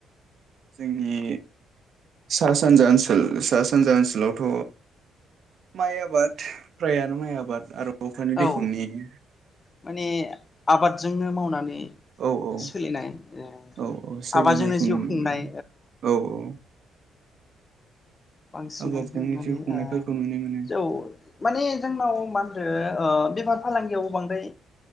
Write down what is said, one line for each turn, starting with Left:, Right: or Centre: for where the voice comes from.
Right: जोंनि सा सानजा ओनसोल सा सानजा ओनसोलावथ' माइ आबाद फ्राया माइ आबाद आरो अखानि दैखौ
Left: औ
Right: नेयो
Left: माने आबादजोंनो मावनानै
Right: औ औ
Left: सोलिनाय ओ
Right: औ औ सोलिनायखौ
Left: आबादजोंनो जिउ
Right: नुनो
Left: खुंनाय
Right: मोनो औ औ
Left: बांसिनानो
Right: आबादजोंनो
Left: माने
Right: जिउ खुंनायफोरखौ
Left: ओ
Right: नुनो मोनो
Left: जौ माने जोंनाव मा होनदो ओ बेफार फालांगियावबो बांद्राय